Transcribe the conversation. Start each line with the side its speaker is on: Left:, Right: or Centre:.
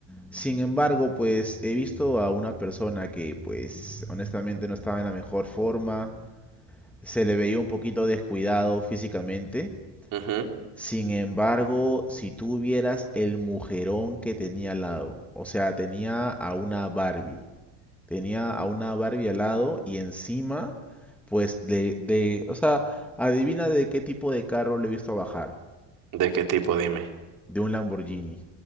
Centre: Sin embargo, pues he visto a una persona que, pues, honestamente no estaba en la mejor forma. Se le veía un poquito descuidado físicamente.
Right: ujú.
Centre: Sin embargo, si tú vieras el mujerón que tenía al lado, o sea, tenía a una Barbie, tenía a una Barbie al lado y encima, pues de, de, o sea, adivina de qué tipo de carro le he visto bajar,
Right: ¿De qué tipo? Dime.
Centre: de un Lamborghini.